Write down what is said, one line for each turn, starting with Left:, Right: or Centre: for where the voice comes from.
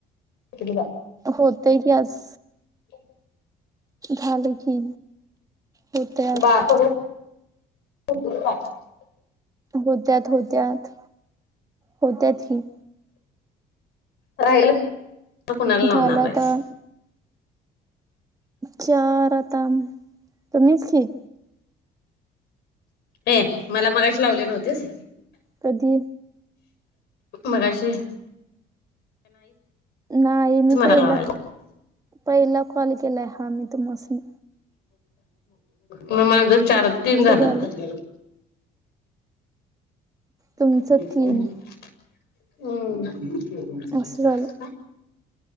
Left: तील का?
Right: होतय की आज.
Left: <inaudible>
Right: झाल की. होत्याच
Left: बाप <unintelligible>
Right: होत्यात होत्यात होत्यात की.
Left: राहीलत तर कोणाला लावणार
Right: झाला आता
Left: आहेस.
Right: चार आता तुम्हीच की.
Left: हे मला मघाशी लावली नव्हतीस.
Right: कधी.
Left: मघाशी
Right: नाही मी
Left: मला
Right: पहिला,
Left: लावायला
Right: पहिला कॉल केलाय हा मी तुम्हासनी.
Left: माझं चार-तीन
Right: असं
Left: झाल्यात
Right: झालं
Left: मग.
Right: तुमचं
Left: हम.
Right: तीन असं झालं